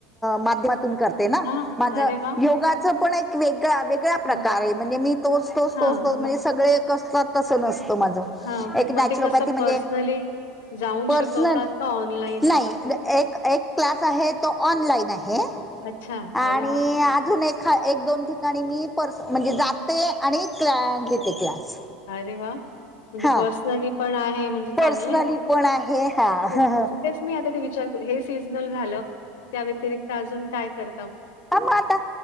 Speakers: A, in the centre; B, on the left.
A: माध्यमातून करते ना
B: हां,
A: माझ
B: अरे वाह!
A: योगाच पण एक वेगळ <unintelligible> सगळ्या प्रकार
B: हं,
A: आहे म्हणजे मी तोच, तोच,
B: हां,
A: तोच, तोच म्हणजे सगळे कसलात तसं नसतं माझं
B: ह
A: एक नॅचरोपॅथी
B: म ते कसं
A: म्हणजे
B: पर्सनली जाऊन
A: पर्सनल
B: शिकवतात का ऑनलाईन
A: नाही
B: असं कसं?
A: एक, एक क्लास आहे तो ऑनलाइन आहे
B: अच्छा,
A: आणि
B: अरे वाह!
A: अजून एक एक दोन ठिकाणी मी पर्स म्हणजे जाते आणि क्ला घेते क्लास
B: अरे वा म्हणजे
A: हा
B: पर्सनली पण आहे म्हणजे
A: पर्सनली
B: चांगलं आहे हो.
A: पण आहे हा
B: खूपच.
A: ह, ह
B: तेच मी आता विचार हे सीजनल झालं त्या व्यतिरिक्त अजून काय कर
A: ह मग आता